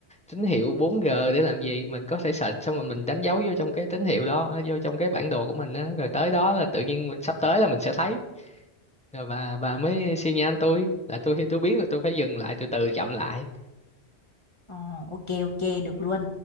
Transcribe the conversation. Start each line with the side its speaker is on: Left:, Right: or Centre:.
Centre: tín hiệu 4G để làm gì mình có thể search xong rồi mình đánh dấu vô trong cái tín hiệu đó à, vô trong cái bản đồ của mình đó. rồi tới đó là tự nhiên mình sắp tới là mình sẽ thấy rồi bà bà mới xi nhan tôi là tôi tôi biết là tôi phải dừng lại từ từ chậm lại
Left: Ờ, ok ok được luôn.